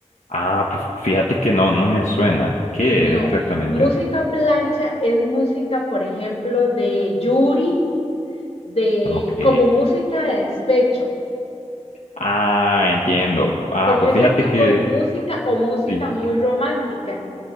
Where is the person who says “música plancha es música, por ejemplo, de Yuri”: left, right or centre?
Left